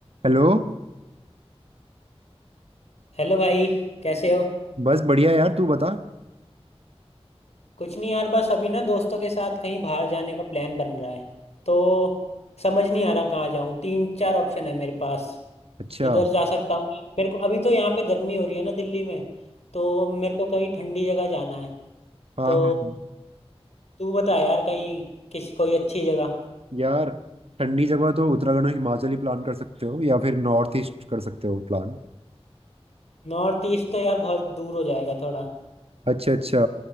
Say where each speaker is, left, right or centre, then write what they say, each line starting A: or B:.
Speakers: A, on the right; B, on the left.
A: Hello
B: Hello भाई कैसे हो
A: बस बढ़िया यार तू बता
B: कुछ नहीं यार बस अभी ना दोस्तों के साथ कहीं बाहर जाने का प्लान बन रहा है तो समझ नहीं आ रहा कहाँ जाऊँ तीन चार ऑप्शन है मेरे पास
A: अच्छा
B: इधर जा सकता हूँ मेरे को अभी तो यहाँ पे गर्मी हो रही है ना दिल्ली में तो मेरे को कहीं ठंडी जगह जाना है
A: हाँ
B: तो
A: हाँ हाँ।
B: तू बता यार कहीं किसी कोई अच्छी जगह
A: यार ठंडी जगह तो उत्तराखंड और हिमाचल ही प्लान कर सकते हो या फिर नॉर्थ ईस्ट कर सकते हो प्लान
B: नॉर्थ ईस्ट तो यार बहुत दूर हो जाएगा थोड़ा
A: अच्छा अच्छा